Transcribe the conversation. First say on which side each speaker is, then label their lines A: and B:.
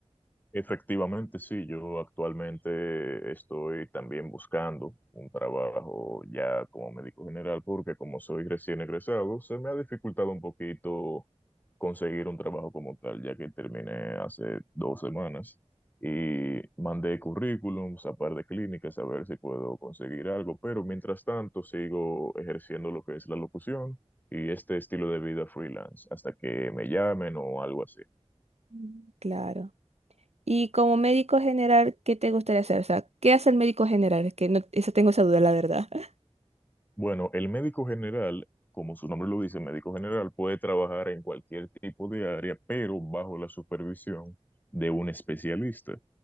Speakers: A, on the left (about 15°); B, on the right (about 70°).
A: Efectivamente, sí, yo actualmente estoy también buscando un trabajo ya como médico general porque como soy recién egresado, se me ha dificultado un poquito conseguir un trabajo como tal, ya que terminé hace dos semanas y mandé currículums a par de clínicas a ver si puedo conseguir algo, pero mientras tanto sigo ejerciendo lo que es la locución y este estilo de vida freelance hasta que me llamen o algo así.
B: Mm. Claro. Y como médico general, ¿qué te gustaría hacer? O sea, ¿qué hace el médico general? Es que no, esa tengo esa duda, la verdad. <laughs>
A: Bueno, el médico general, como su nombre lo dice, médico general puede trabajar en cualquier tipo de área, pero bajo la supervisión de un especialista.